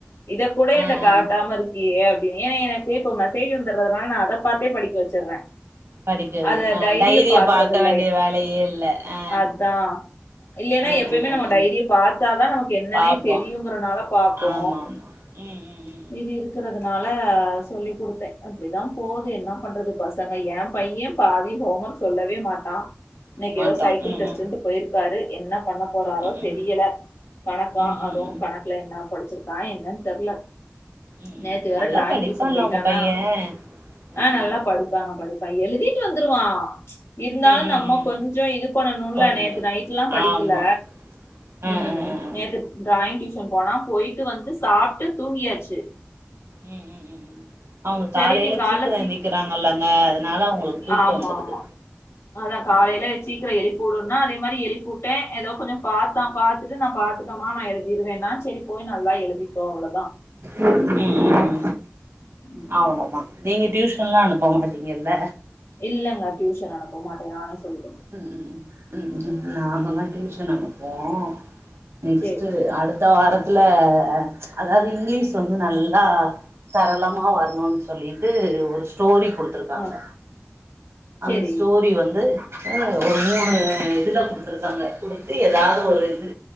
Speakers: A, on the left; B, on the right.
A: இத கூட
B: ஆ
A: என்ட காட்டாம
B: ஆ
A: இருக்கியே இப்ப ஏன்னா எனக்கு இப்ப மெசேஜ் வந்தறதுனால நா அத பாத்தே படிக்க வெச்சர
B: படிக்கிறது
A: அத
B: ஆ
A: டைரிய பாக்றது
B: பாக்க
A: இல்ல
B: வேண்டிய வேலையே இல்ல ஆ
A: அதா இல்லென்னா
B: ஆ
A: எப்பயுமே
B: ஆ ஆ
A: நம்ம
B: ஆ
A: டைரிய பாத்தாதா நமக்கு என்னன்னே
B: பாப்போ
A: தெரியுங்கறனால பாப்போ
B: ஆமா ஆமா ம் ம் ம் ம்
A: இது இருக்கற அதனால சொல்லி் கொடுத்த அப்பிடிதா போகுது என்ன பண்றது பசங்க எ பைய பாதி ஹோமர்க் சொல்லவே மாட்டா இன்னைக்கு
B: மாட்டோ
A: ஏதோ சைக்கிள்
B: ம்
A: டெஸ்ட்ன்டு
B: ம்
A: போயிர்க்காரு என்ன பண்ண போறாரோ
B: ம் ம்
A: தெரியல வணக்கா
B: ம்
A: அதுவு
B: ம் ம்
A: கணக்குல என்ன படிச்சிரு தா என்னன்னு தெர்ல
B: ம் ம்
A: நேத்து வேற
B: நல்லா
A: டிராயிங்
B: படிப்பான்ல
A: டியூசன் போயிட்டானா
B: உங்க பைய அ
A: ஆஹ்
B: ம்
A: நல்லா படிப்பாங்க படி எழுதிட்டு வந்துருவா இருந்தாலும்
B: ம்
A: நம்ம
B: ம்
A: கொஞ்ச இது பண்ணணும்ல
B: கொஞ்சோ
A: நேத்து நைட்ல்லாம் படிக்கல
B: ஆமா அ
A: உம்
B: அ அ அ ம்
A: நேத்து ட்ராயிங் டியூஷன் போனா போயிட்டு வந்து சாப்பிட்டு தூங்கியாச்சு
B: உம் உம் உம் உம் அவுங்க காலையில
A: சரி இன்னைக்கு கால்ல
B: சீக்கிரம் எந்திரிக்கிறாங்க இல்லங்க அதனால அவங்களுக்கு தூக்கம்
A: ஆமா,
B: வந்துருது
A: ஆமா. அதான்
B: உம்
A: காலையில
B: உம் உம்
A: சீக்கிரம் எழுப்பி உடுன்னா, அதே மாதிரி எலிப்பட்டன் ஏதாவோ கொஞ்சம் பாத்தா பாத்துட்டு நான் பாத்தட்டே மா நான் எழுதிருவேன்னா சரி போய் நல்லா எழுதிக்கும் அவ்ளவு
B: உம்
A: ம்.
B: அவ்ளோதான் நீங்க டியூசன் லாம் அனுப்ப மாட்டீங்கல்ல
A: இல்லங்க டியூஷன் அனுப்ப மாட்டேன் நானே சொல்லி
B: உம் உம் உம் நாங்கதான் டியூஷன் அனுப்புவோம் நெக்ஸ்ட்
A: சரி, சரி.
B: அடுத்த வாரத் துல்ல அதாவது இங்கிலீஷ் வந்து நல்லா சரளமா வரணும்னு சொல்லிட்டு ஒரு ஸ்டோரி கொடுத்துருக்காங்க
A: ஆ
B: அந்த
A: சரி.
B: ஸ்டோரி வந்து அ ஒரு மூணு இதில் கொடுத்துருக்காங்க கொடுத்து எதாவது ஒரு இது